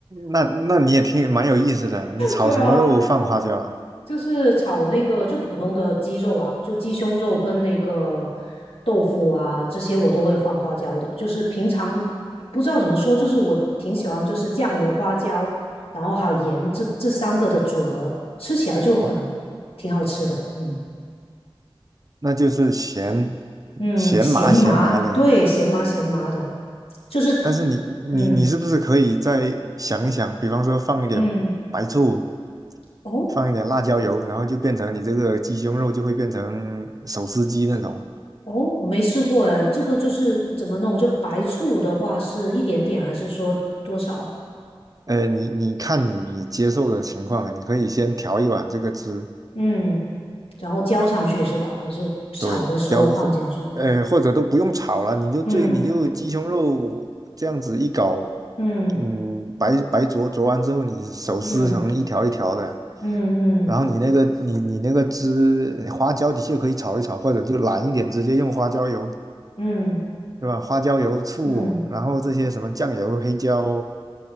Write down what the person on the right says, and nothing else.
那那你也挺蛮有意思的，你炒什么肉放花椒啊？
哦，
那就是咸
咸麻咸麻的。
但是你你你是不是可以再想一想，
比方说放一点白醋，
放一点辣椒油，然后就变成你这个鸡胸肉就会变成手撕鸡那种。
呃，你你看你接受的情况，你可以先调一碗这个汁，
对，交或呃或者都不用炒了，你就最你就鸡胸肉这样子一搞，
嗯，白白灼灼完之后，你手撕成一条一条的，
然后你那个你你那个汁花椒的确可以炒一炒，或者就懒一点，直接用花椒油。
对吧？花椒油、醋，
然后这些什么酱油、黑椒，